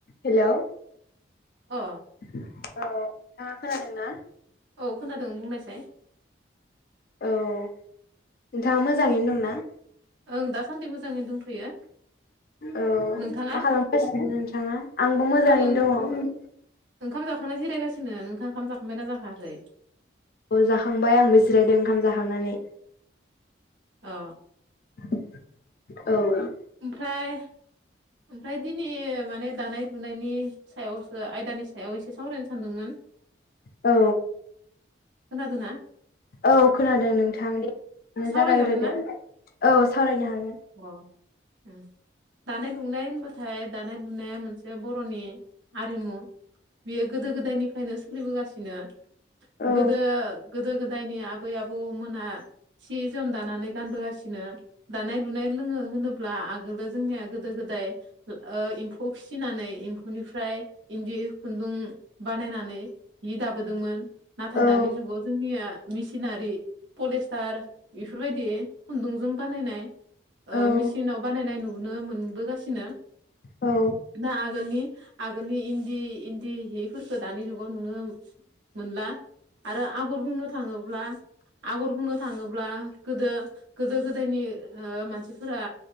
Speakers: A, on the left; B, on the right.
A: Hello औ
B: अ
A: नोंथाङा खोनादोंना?
B: औ खोनादों बुंनायसाय।
A: औ नोंथाङा मोजाङैनो दंना?
B: ओं दासान्दि मोजाङैनो दंथ'यो
A: औ
B: नोंथाङा
A: मा खालामगासिनो नोंथाङा आंबो मोजाङैनो
B: आङो
A: दङ
B: ओंखाम जाखांना जिरायगासिनो नोंथां ओंखाम जांना जाखायाखै
A: औ जाखांबाय आंबो जिरायदों ओंखाम जाखांनानै
B: औ
A: औ
B: ओमफ्राय ओमफ्राय दिनै माने दानाय लुनायनि सायावसो आयदानियाव हायाव एसे सावरायनो सानदोंमोन
A: औ
B: खोनादोना?
A: औ खोनादों नोंथां। <unintelligible>
B: सावरायजागोन
A: जागायग्रोदो
B: ना
A: औ सावरायनो हागोन।
B: अ उम दानाय दुनाय होनबाथाय दानाय बुनाया मोनसे बर'नि आरिमु बियो गोदो गोदायनिफ्रायनो सोलिबोगासिनो।
A: औ
B: गोदो गोदो-गोदायनि आबै आबौमोना सि-जोम दानानै गानबोगासिनो। दानाय-लुनाय लोङो होनोब्ला आगोलो जोंनिया गोदो-गोदाय फ्राय ओ एम्फौ फिसिनानै एम्फौनिफ्राय इन्दि खुन्दुं बानायनानै हि दाबोदोंमोन नाथाय
A: औ
B: दानि जुगाव जोंनिया मिसिनारि पलिस्टार बेफोरबायदि खुन्दुंजों बानायनाय। ओ
A: औ
B: मेसिनाव बानायनाय नुनो मोनबोगासिनो।
A: औ
B: दा आगोलनि आगोलनि इन्दि इन्दि हिफोरखौ दानि जुगाव नुनो मोनला आरो आगर बुंनो थाङोब्ला आगर बुंनो थाङोब्ला गोदो गोदो-गोदायनि ओ मानसिफोरा